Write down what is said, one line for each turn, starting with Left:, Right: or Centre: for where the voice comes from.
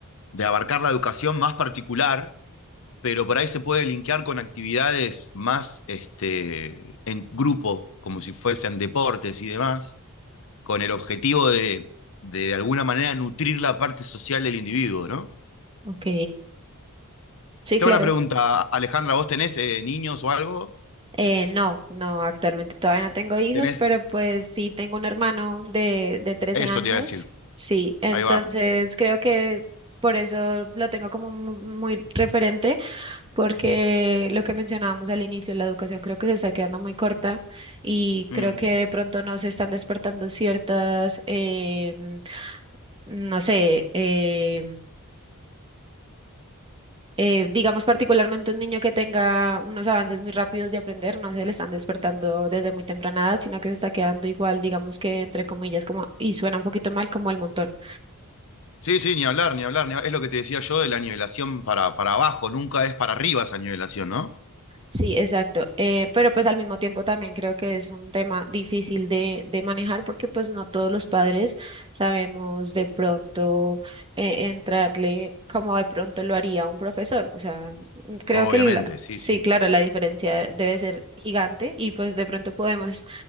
Left: de abarcar la educación más particular, pero por ahí se puede linkear con actividades más este, en grupo, como si fuesen deportes y demás, con el objetivo de, de, de alguna manera nutrir la parte social del individuo, ¿no?
Right: Ok, Sí,
Left: Tengo
Right: claro.
Left: una pregunta, Alejandra, ¿vos tenés eh, niños o algo?
Right: Eh, no, no, actualmente todavía no tengo hijos,
Left: ¿Tenés?
Right: pero pues sí tengo un hermano de, de 13
Left: Eso
Right: años,
Left: te iba a decir,
Right: sí, entonces
Left: ahí va.
Right: creo que por eso lo tengo como mu- muy referente, porque lo que mencionábamos al inicio, la educación creo que se está quedando muy corta y
Left: Mm.
Right: creo que de pronto no se están despertando ciertas, em, no sé, em, eh, digamos particularmente un niño que tenga unos avances muy rápidos de aprender, no se le están despertando desde muy temprana edad, sino que se está quedando igual, digamos que entre comillas, como, y suena un poquito mal, como el montón.
Left: Sí, sí, ni hablar, ni hablar, ni hablar. Es lo que te decía yo de la nivelación para, para abajo, nunca es para arriba esa nivelación, ¿no?
Right: Sí, exacto. Eh, pero pues al mismo tiempo también creo que es un tema difícil de, de manejar porque pues no todos los padres sabemos de pronto eh, entrarle como de pronto lo haría un profesor. O sea, mm, creo
Left: Obviamente,
Right: que la-
Left: sí,
Right: sí,
Left: sí.
Right: claro, la diferencia debe ser gigante y pues de pronto podemos,